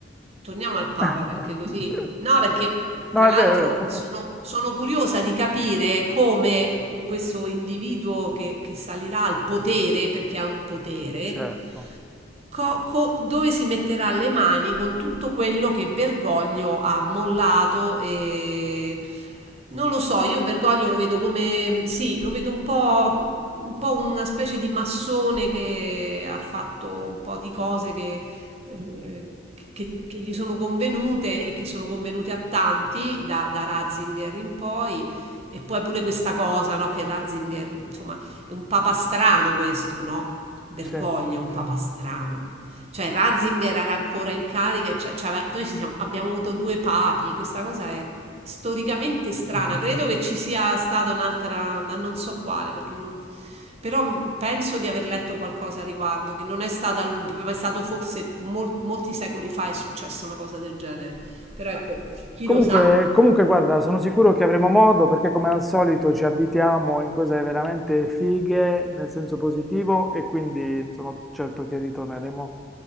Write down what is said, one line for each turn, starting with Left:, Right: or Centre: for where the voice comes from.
Right: torniamo al Papa
Centre: <laughs>
Right: perché così, <laughs> no, perché
Centre: No,
Right: tra
Centre: è
Right: l'altro
Centre: vero, è vero.
Right: sono, sono curiosa di capire come questo individuo che, che salirà al potere, perché ha un potere,
Centre: Certo,
Right: co- co- dove si metterà le mani con tutto quello che Bergoglio ha mollato e non lo so, io Bergoglio lo vedo come sì, lo vedo un po', un po' una specie di massone che ha fatto un po' di cose che, eh, che- che gli sono convenute e che sono convenute a tanti da, da Ratzinger in poi. E poi pure questa cosa, no, che Ratzinger, insomma, è un papastrano questo, no? Bergoglio,
Centre: sì.
Right: è un papastrano. Cioè Ratzinger era ancora in carica, e cioè- cioè aveva- noi ci siamo- abbiamo avuto due papi, questa cosa è storicamente strana. Credo che ci sia stata un'altra, ma non so quale, perché non... Però mh, penso di aver letto qualcosa a riguardo, che non è stata, a lungo, ma è stato forse mol- molti secoli fa è successa una cosa del genere. Però ecco, chi
Centre: Comunque,
Right: lo sa?
Centre: comunque, guarda, sono sicuro che avremo modo perché come al solito ci abitiamo in cose veramente fighe nel senso positivo e quindi sono certo che ritorneremo